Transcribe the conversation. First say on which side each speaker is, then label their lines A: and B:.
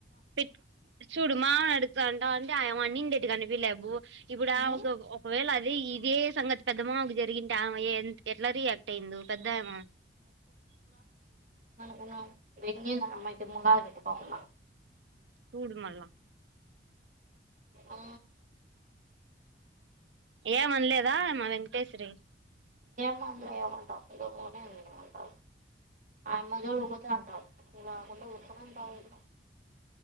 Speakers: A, on the right (about 80°); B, on the right (about 45°).
A: పెట్ చుడుమామ అడితంటే అంటే ఆమె అనింది కనిపియ్యాలె బు ఇప్పుడు
B: నాడు
A: ఆ ఒకవేళ అదే ఇదే సంగతి పెద్ద మామకి జరిగింటే ఆమె ఎట్లా రియాక్ట్ అయిందో పెద్దమే
B: కున్నావ్ ఎంగింది ఆ అమ్మాయితే మొలాబ్ పెట్టుకోకుండ
A: చూడు మళ్ల
B: ఆ
A: ఏమండ్లదా మా వెంకటేశ్వరి
B: మన్లే ఏమంటావ్ <unintelligible> ఆ యమ్మ జోలికి పోతేనే అంత ఊరికనేఉంటారు